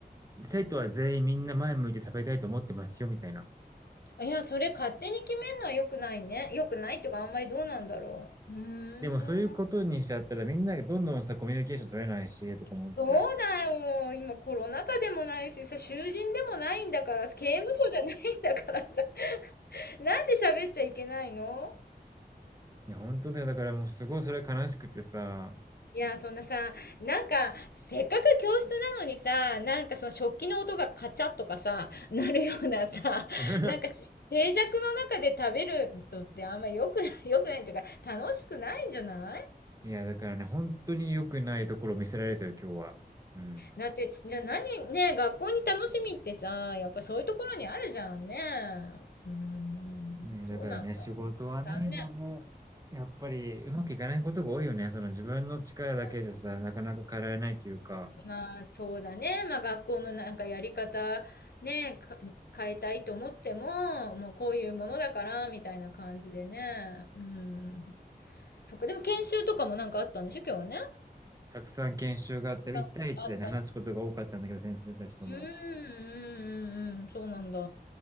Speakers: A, on the right; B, on the left.
A: 生徒は全員みんな前向いて食べたいと思ってますよ、みたいな。
B: いや、それ勝手に決めるのは良くないね。良くないっていうか、あんまりどうなんだろう。うーん。
A: でもそういうことにしちゃったらみんながどんどんさ、コミュニケーション取れないし、とか思って。
B: そうだよ。今コロナ禍でもないしさ、囚人でもないんだから、刑務所じゃないんだからさ、<laughs> なんで喋っちゃいけないの
A: いや、本当だよ。だからもうすごいそれ悲しくてさ。
B: いや、そんなさ、なんか、せっかく教室なのにさ、なんかその食器の音がカチャッとかさ、なるようなさ、
A: <laughs>
B: なんか静寂の中で食べるのってあんま良くない、良くないっていうか、楽しくないんじゃない
A: いや、だからね、本当に良くないところを見せられたよ、今日は。うん。
B: だって、じゃあ何、ね、学校に楽しみってさ、やっぱそういうところにあるじゃんね。うーん、
A: ね、
B: そうなんだ。
A: だからね、仕事はね、
B: 残念。
A: 今もう、やっぱりうまくいかないことが多いよね。その自分の力だけじゃさ、
B: 違う。
A: なかなか変えられないというか、
B: まあ、そうだね。まあ、学校のなんかやり方、ね、か変えたいと思っても、もうこういうものだから、みたいな感じでね。うん。そっか、でも研修とかもなんかあったんでしょ、今日はね。
A: たくさん研修があって、
B: ああったりして。
A: 1対1でね、話すことが多かったんだけど、先生たちとも。
B: うん、うん、うん、うん、そうなんだ。